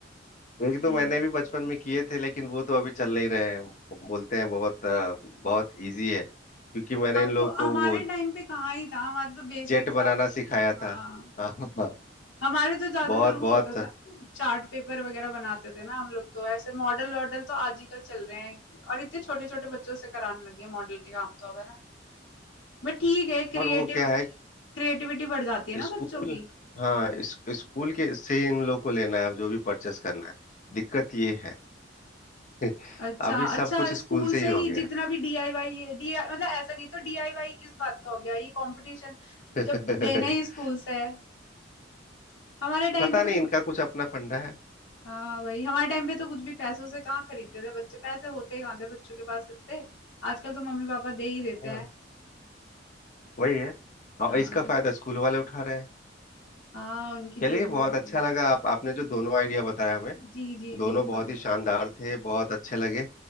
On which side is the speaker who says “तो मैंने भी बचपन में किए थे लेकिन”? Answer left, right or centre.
Left